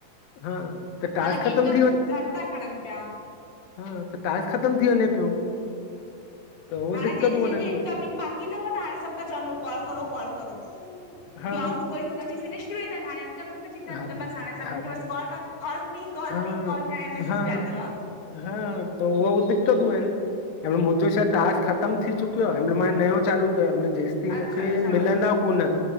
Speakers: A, on the left; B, on the left.
A: <inaudible>
B: हालांकि
A: ख़तम
B: इनकमिंग घट था खणनि पिया।
A: हां त टास्क ख़त्म थी वञे पियो। त उहो
B: हाणे
A: दिक़तूं
B: जंहिंजी जंहिंजी
A: वञनि
B: इनकमिंग
A: पियो
B: बाक तव हाणे सब ता चवन न कि कॉल करो कॉल करो
A: हा
B: आउट गोईंग फिनिश थी वई तन हाण इकमिंग बची तनि
A: हा
B: त बस हाणे सभिनी
A: हा
B: खे काल था, call me. Call
A: हा
B: me call me हाणे मैसेज
A: हा
B: पिया तव
A: हा त उहो दिक्कतीयूं आहिनि मुंहिंजो छा टास्क ख़तम थी चुकियो आ हिमहिल मां हे नयो चालू जेस ताईं
B: अच्छा
A: मुखे
B: अच्छा
A: मिलंदा कोन